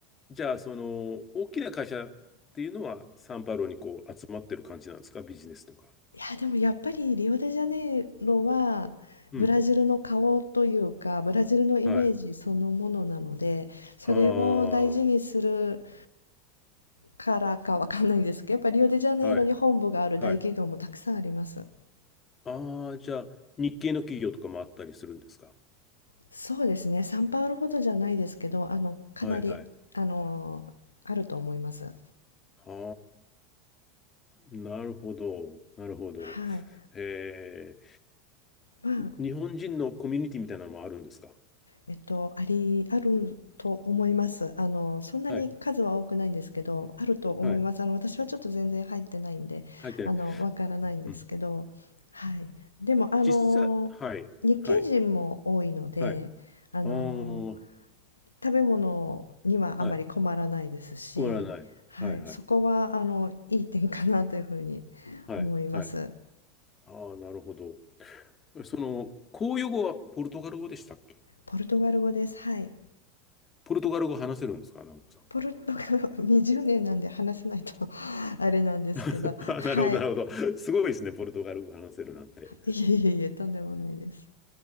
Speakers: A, on the left; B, on the left.
A: じゃあ、その、大きな会社っていうのは、サンパウロにこう集まってる感じなんですかビジネスとか。
B: いや、でもやっぱりリオデジャネイロはブラジルの顔というか、
A: うん。
B: ブラジルのイメージそのものなので、
A: はい。
B: それを大事にする
A: ああ、は
B: からかわかんないんですけど、やっぱリオデジャネイロに本部がある大企業もたくさんあります。
A: い。はい。ああ、じゃあ、日系の企業とかもあったりするんですか
B: そうですね、サンパウロほどじゃないですけど、あの、かなり、
A: はいはい。
B: あの、あると思います。
A: ああ、なるほど。なるほど。
B: はい。
A: へえ、
B: まあ、
A: 日本人のコミュニティみたいなのもあるんですか
B: えっと、あり、あると思います。あの、そんなに数は多くないんですけど、
A: はい。
B: あると思います。
A: はい。
B: あの、私はちょっと全然入ってないんで、
A: 入ってない。
B: あの、わからないんですけど、
A: うん。
B: はい。でも、あの、
A: 実際、はい。
B: 日系人も多いので、
A: はい。はい。
B: あの、
A: ああ、
B: 食べ物にはあまり困らないですし、
A: はい。困らない。
B: はい。
A: はいはい。
B: そこは、あの、いい点かなというふうに
A: はい。
B: 思います。
A: はい。ああ、なるほど。その、公用語はポルトガル語でしたっけ
B: ポルトガル語です。はい。
A: ポルトガル語話せるんですか、直子さん。
B: ポルトガルは20年なんで話せないと <laughs> あれなんですけど、
A: <laughs>
B: はい。
A: あなるほど、なるほど。すごいですね、ポルトガル語話せるなんて。
B: いえいえいえ、とんでもないです。